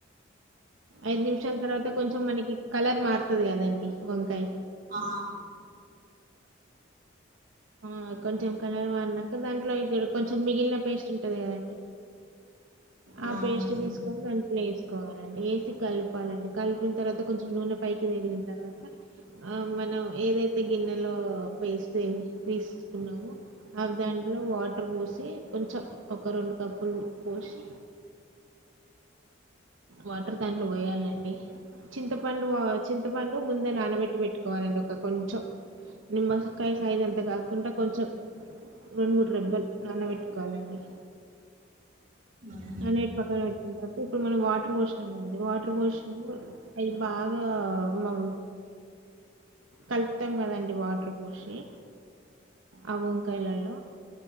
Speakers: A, on the right; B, on the right.
A: ఐదు నిమిషాల తర్వాత కొంచెం మనకి కలర్ మారుతది కదండి వంకాయ్
B: ఆ
A: ఆ కొంచెం కలర్ మారినంక దాంట్లో ఇక్కడ కొంచెం మిగిలిన పేస్ట్ ఉంటది కదండి ఆ
B: అవునండి
A: పేస్ట్ తీసుకొని దాన్ వేసుకోవాలండి వేసి కలపాలండి కలిపిన తర్వాత కొంచెం నూనె పైకి తేలిన తర్వాత ఆ మనం ఏదైతే గిన్నెలో వేస్తే తీసుకున్నాము అవి దాంట్లో వాటర్ పోసి కొంచెం ఒక రెండు కప్పులు పోసి వాటర్ దాంట్లో పోయాలండి చింతపండు చింతపండు ముందే నానబెట్టి పెట్టుకోవాలండి ఒక కొంచెం నిమ్మకాయ సైజ్ అంత కాకుండా కొంచెం రెండు మూడు రెబ్బలు నానబెట్టుకోవాలండి
B: హ్మ్.
A: ఆ నైట్ పక్కన పెట్ ఇప్పుడు మనం వాట్ టర్ పోషినంకదండీ వాటర్ పోషీ అయి బాగా మ కలుపుతాం కదండి వాటర్ పోషీ ఆ వంకాయలల్లో